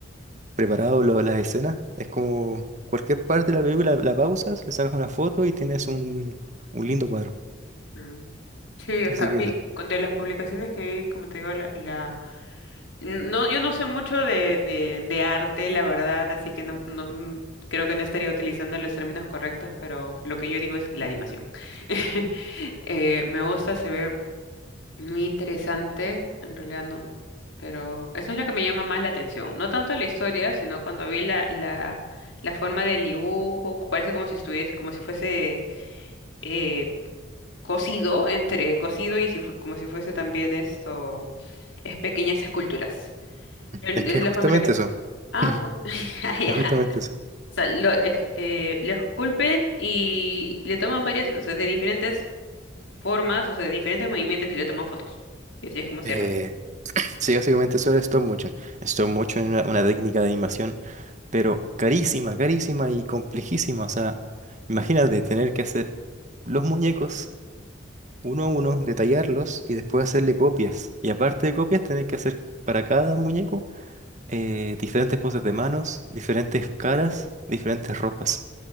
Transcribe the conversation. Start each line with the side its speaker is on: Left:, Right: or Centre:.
Right: preparados lo- las escenas, es como cualquier parte de la película la pausas, le sacas una foto y tienes un, un lindo cuadro.
Left: Ah. Sí, o
Right: Así
Left: sea,
Right: que,
Left: vi,
Right: mm,
Left: con- de las publicaciones que vi, como te digo, la, No, yo no sé mucho de, de, de arte, la verdad, así que no, no mm, creo que no estaría utilizando los términos correctos, pero lo que yo digo es la animación. <laughs> Eh, me gusta, se ve muy interesante, en realidad no, pero eso es lo que me llama más la atención. No tanto la historia, sino cuando vi la, la, la forma del dibujo, parece como si estuviese, como si fuese eh, cosido, entre cosido y si fue- como si fuese también esto, es pequeñas esculturas el-
Right: es que
Left: es
Right: es
Left: la
Right: justamente
Left: forma en la que...
Right: eso.
Left: Ah,
Right: <laughs>
Left: son- <laughs> ah, ya.
Right: Es justamente eso.
Left: O sea, lo, es- eh, lo esculpen y le toman varias, o sea, de diferentes formas, o sea, de diferentes movimientos y le toman fotos. Y así es como se
Right: Eh,
Left: arma.
Right: Sí, básicamente eso era stop motion. Stop motion era una técnica de animación, pero carísima, carísima y complejísima. O sea, imagínate tener que hacer los muñecos uno a uno, detallarlos y después hacerle copias. Y aparte de copias, tener que hacer para cada muñeco eh, diferentes poses de manos, diferentes caras,
Left: Sí,
Right: diferentes ropas.